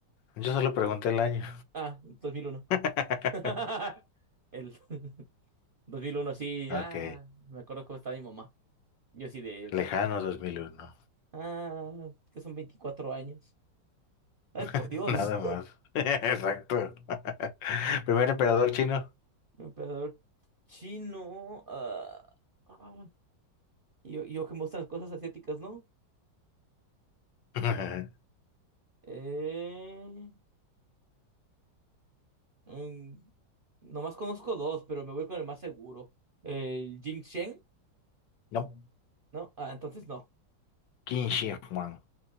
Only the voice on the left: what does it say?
Yo solo pregunté el año.
<laughs>
Ok,
lejano 2001.
<laughs>
Nada más. <laughs> Exacto. <laughs> Primer emperador chino.
<laughs>
No,
Qin Shi Huang.